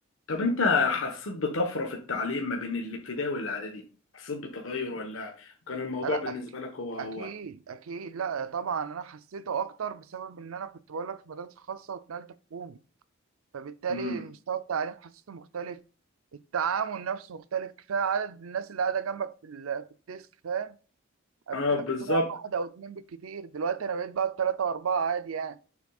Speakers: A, on the left; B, on the right.
A: طب انت حسيت بطفرة في التعليم ما بين الابتدائي والاعدادي حسيت بتغير ولا كان الموضوع
B: آه، لا
A: بالنسبة
B: أك-
A: لك هو هو
B: اكيد اكيد لا طبعا انا حسيته اكتر بسبب ان انا كنت بقول لك في مدرسة خاصة واتنقلت حكومي فبالتالي
A: امم
B: مستوى التعليم حسيته مختلف التعامل نفسه مختلف كفايه عدد الناس اللي قاعده جنبك في ال- في الديسك كفايه قبل
A: اه
B: كده
A: بالظبط
B: كنت بقعد واحد او اتنين بالكتير دلوقتي انا بقيت بقعد تلاته واربعه عادي يعني